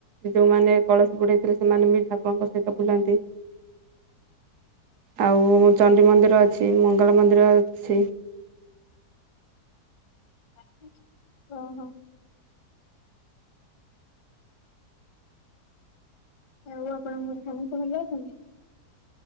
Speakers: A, on the right (about 70°); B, on the left (about 85°).
A: ଯୋଉମାନେ କଳସୀ ବୁଡେଇଥିଲେ ସେମାନେ ବି ଠାକୁରଙ୍କ ସହିତ ବୁଲନ୍ତି। ଆଉ ଚଣ୍ଡି ମନ୍ଦିର ଅଛି ମଙ୍ଗଳା ମନ୍ଦିର ଅଛି।
B: ହଁ ହୋ। ଆଉ ଆପଣଙ୍କର ଘରେ ସମସ୍ତେ ଭଲ ଅଛନ୍ତି?